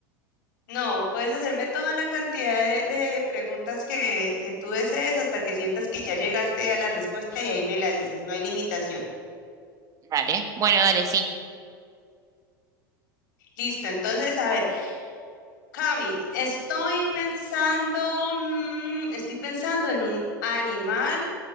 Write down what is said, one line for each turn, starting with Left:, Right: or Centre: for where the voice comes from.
Left: No, puedes hacerme toda la cantidad de, de preguntas que, que tú desees hasta que sientas que ya llegaste a la respuesta y ahí me la dices, no hay limitación.
Right: Dale, bueno, dale, sí,
Left: Listo, entonces, a ver, Cami, estoy pensando, mm, estoy pensando en un animal